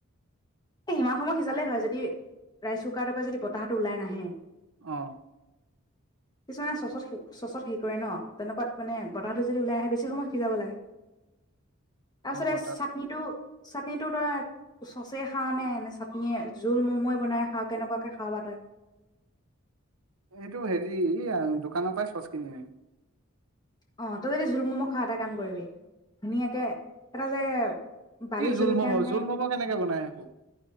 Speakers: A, on the left; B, on the right.
A: এই সিমান সময় সিজালেই হয় যদি ৰাইচ কুকাৰৰ পৰা যদি বতাহটো ওলাই নাহে
B: অ
A: কিছুমানে চচত চচত হে কৰে ন তেনেকুৱাত মানে বতাহটো যদি ওলাই আহে বেছি সময় সিজাব লাগে তাৰপিছতে
B: বতাত
A: চাটনিটো চাটনিটো তই চচ খাও নে নে চাটনীয়েে জোল মমো বনাই খাও কেনেকুৱাকে খাৱ তই
B: এইটো হেৰি দোকানৰ পৰাই চচ কিনি আম
A: অ তই যদি জোল মম' খোৱ এটা কাম কৰিবি ধুনীয়াকে এটা যে বালি
B: কি
A: জলকীয়া
B: জোল ম'ম'
A: নে
B: জোল ম'ম' কেনেকে বনাই আকৌ